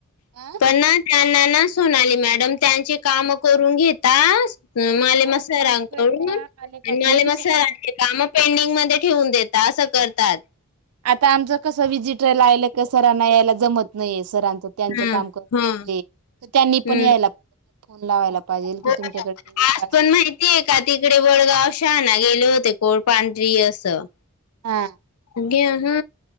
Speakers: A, on the right; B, on the left.
A: आ
B: पण ना त्यांना ना, सोनाली मॅडम त्यांची काम करून घतास हम, माले
A: आता
B: मसारा
A: सर आमच्याकडे
B: <unintelligible> आणि
A: जेव्हा आलेपासून
B: माले म
A: सर
B: सरांची काम पेंडिंग मध्ये ठेवून देता, असं करतात.
A: आता आमच कसं, वि्हजिटरला आयलं का सरांना यायला जमत नाहीय, सरां त्यांच
B: हं,
A: काम करून
B: हं,
A: <unintelligible> तर त्यांनी
B: हं.
A: पण यायला फोन लावायला पाहिजेल,
B: हो.
A: कि तुमच्याकडली लोक
B: आज
A: अस
B: पण माहितीये का तिकडे बळगाव शांना गेले होते, कोळपांढरी असं
A: हा.
B: <unintelligible> हा,